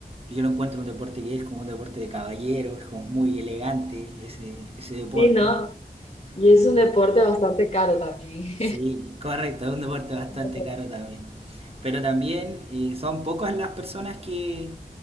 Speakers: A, on the right; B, on the left.
A: yo lo encuentro un deporte que es como un deporte de caballero, es como muy elegante ese, ese deporte.
B: Sí, ¿no? Y es
A: Sí.
B: un deporte bastante caro también.
A: Sí, correcto, es un deporte bastante
B: <laughs>
A: caro también. Pero también eh, son pocas las personas que,